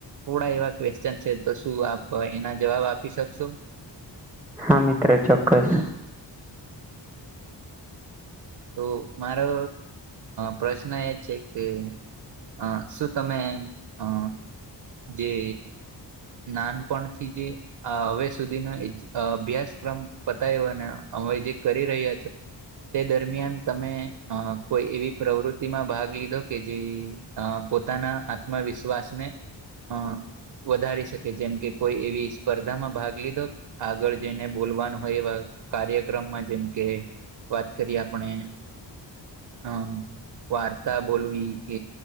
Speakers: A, on the right; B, in the centre.
A: થોડા એવા ક્વેશ્ચન છે તો શું આપ એના જવાબ આપી શકશો.
B: હા, મિત્ર ચોક્કસ
A: તો મારો પ્રશ્ન એ છે કે અ શું તમે અ જે નાનપણ થી જે આ હવે સુધીનો અભ્યાસક્રમ પતાય્યોને અમે જે છો. તે દરમિયાન તમે કોઈ એવી પ્રવૃતિ માં ભાગ લીધો કે જે અ પોતાના આત્મવિશ્વાસને
B: <inaudible>
A: અ વધારી શકે જેમ કે કોઈ એવી સ્પર્ધામાં ભાગ લીધો આગળ જઈને બોલવાનું હોય એવા કાર્યક્રમમાં જેમ કે કરી આપણે અમ વાર્તા બોલવી કે